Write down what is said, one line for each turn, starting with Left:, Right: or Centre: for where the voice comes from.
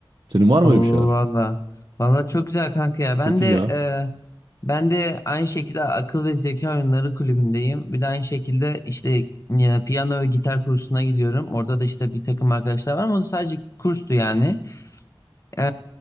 Right: Senin var
Left: Oo
Right: mı öyle bir şeyler?
Left: valla. Valla çok güzel kanka ya. Ben
Right: Çok
Left: de
Right: iyi ya.
Left: e, ben de aynı şekilde akıl ve zeka oyunları kulübündeyim. Bir de aynı şekilde işte e, piyano ve gitar kursuna gidiyorum. Orada da işte bir takım arkadaşlar var ama o da sadece kurstu yani. E,